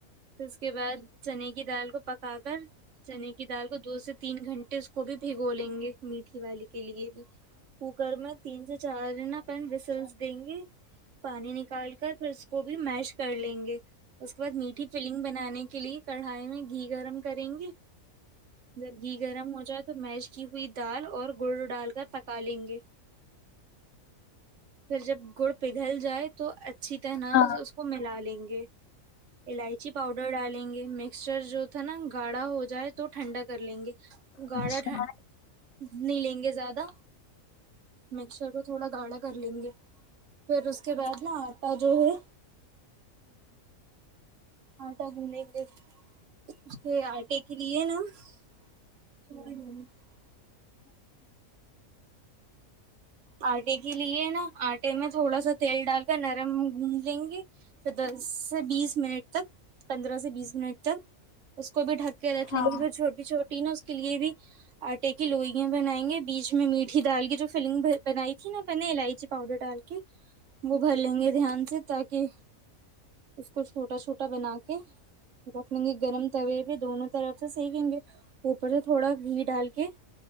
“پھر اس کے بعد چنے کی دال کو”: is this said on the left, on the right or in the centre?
Right